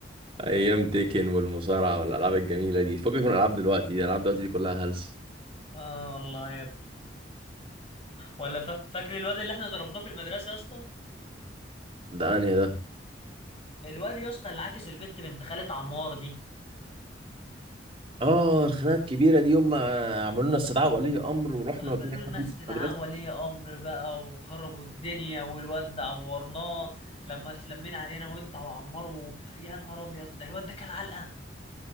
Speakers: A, on the right; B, on the left.
A: ايام تيكن والمصارعه والالعاب الجميله دي فكك من الالعاب دلوقتي دي الالعاب دلوقتي دي كلها هلس
B: اه والله يا ابني ولا ف... فاكر الواد اللي احنا ضربناه في المدرسه يا اسطى
A: ده انهي ده
B: الواد يا اسطى اللي عاكس البت بنت خالة عمار دي
A: اه الخناقه الكبيره دي يوم ما عملوا لنا استدعاء ولي امر ورحنا
B: عملوا
A: والدنيا
B: لنا
A: حرمت
B: استدعاء
A: في المدرسه
B: ولي امر بقى وخربوا الدنيا والواد ده عورناه لما اتلمينا علينا وانت وعمار و... يا نهار ابيض ده الواد ده كان علقه